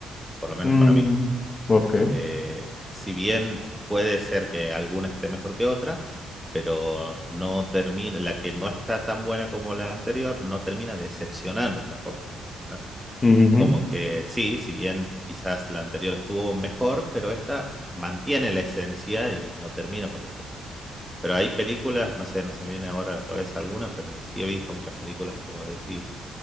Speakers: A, in the centre; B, on the left.
A: por lo menos
B: Mm,
A: para mí.
B: ok.
A: Eh, si bien puede ser que alguna esté mejor que otra, pero no termina, la que no está tan buena como la anterior, no termina decepcionando tampoco, ¿entendés?
B: Ujú.
A: Es como que sí, si bien quizás la anterior estuvo mejor, pero esta mantiene la esencia y no termina por decepcionar. Pero hay películas, no sé, no se me viene ahora a la cabeza alguna, pero sí he visto muchas películas que vos decís,